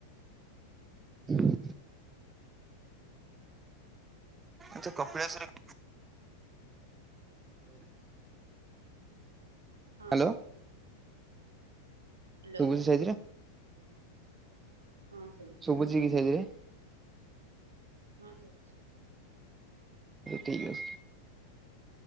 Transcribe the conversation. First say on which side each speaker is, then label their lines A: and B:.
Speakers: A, on the right (about 15°); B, on the right (about 70°).
A: ହଁ ଆଛ କପିଳାଶର ହ୍ୟାଲୋ
B: ହଁ ହ୍ୟାଲୋ
A: ଶୁଭୁଛି ସୋଇଥିରେ
B: ହଁ ଶୁଭୁଛି
A: ଶବୁଛି କି ସୋଇଜ୍ ରେ
B: ହଁ ଶୁଭୁଛି
A: ଠିକ୍ ଅଛି